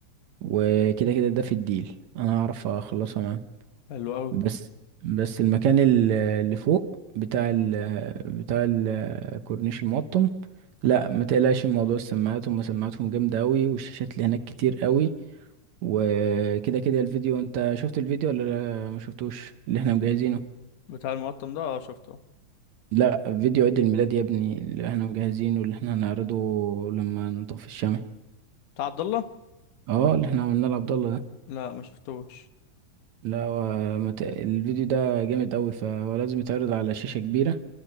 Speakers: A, on the right (about 70°); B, on the left (about 85°).
A: وكده كده ده في الديل انا هعرف اخلصها معاهم
B: حلو قوي
A: بس بس المكان ال- اللي فوق بتاع ال بتاع الكورنيش المقطم لا ما تقلقش من موضوع السماعات هم سماعاتهم جامدة قوي والشاشات اللي هناك كتير قوي وكده كده الفيديو انت شفت الفيديو ولا لا- ما شفتوش اللي احنا مجهزينه
B: بتاع المقطم ده اه شفته
A: لا فيديو عيد الميلاد يا ابني اللي احنا مجهزينه واللي احنا هنعرضه لما نطفي الشمع
B: بتاع عبد الله
A: اه اللي احنا عملناه لعبد الله ده
B: لا ما شفتوش
A: لا هو مت... الفيديو ده جامد قوي فهو لازم يتعرض على شاشة كبيرة